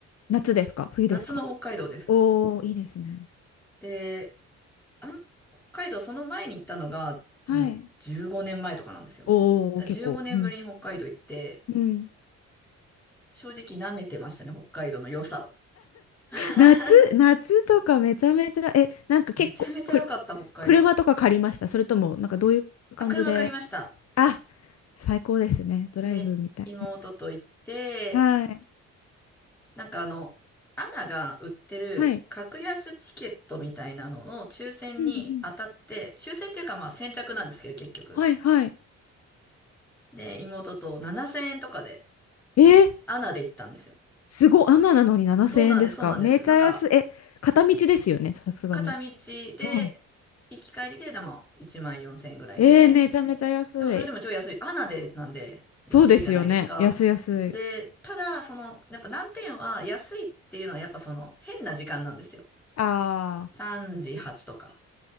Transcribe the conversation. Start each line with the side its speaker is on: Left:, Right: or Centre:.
Left: 夏ですか冬ですか
Centre: 夏の北海道です。
Left: おおーいいですね。
Centre: で、あん、北海道その前に行ったのが、もう15年前とかなんですよ。
Left: はいおおー結構うん
Centre: だから15年ぶりに北海道行って、
Left: うん
Centre: 正直舐めてましたね、北海道の良さを。<laughs>
Left: 夏夏とかめちゃめちゃえなんか結構く
Centre: めちゃめちゃ良かった、北海道。
Left: 車とか借りましたそれともなんかどういう感じで
Centre: あ、車借りました。
Left: あ、最高ですね。ドライブみたいね。
Centre: で、妹と行って、
Left: はい。
Centre: なんかあの、アナが売ってる格安チケットみたいなのの抽選に当たって、
Left: はい。うんうん。
Centre: 抽選っていうかまあ先着なんですけど、結局。
Left: はいはい。
Centre: で、妹と7000円とかで、
Left: えー、
Centre: アナで行ったんですよ。
Left: すごい。あんななのに7000円ですか。
Centre: そうなんです、そうなんです。
Left: めちゃ安い。
Centre: なんか、
Left: え、片道ですよね、さすがに。
Centre: 片道で、
Left: うん。
Centre: 行き帰りで、でも1万4000円ぐらいで、
Left: えー、めちゃめちゃ安い。
Centre: でもそれでも超安い。アナでなんで安いじゃないですか。
Left: そうですよね。安い安い。
Centre: で、ただ、その、やっぱ難点は安いっていうのはやっぱその変な時間なんですよ。
Left: ああ、
Centre: 3時発とか、